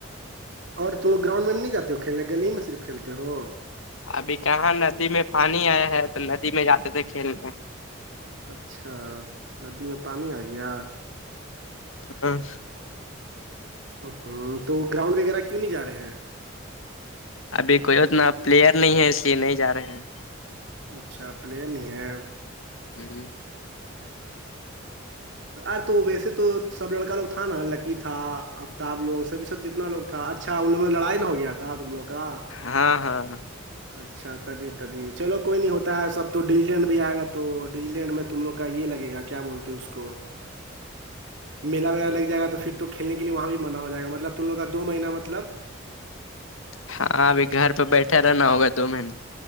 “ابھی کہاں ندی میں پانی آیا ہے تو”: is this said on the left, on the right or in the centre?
Left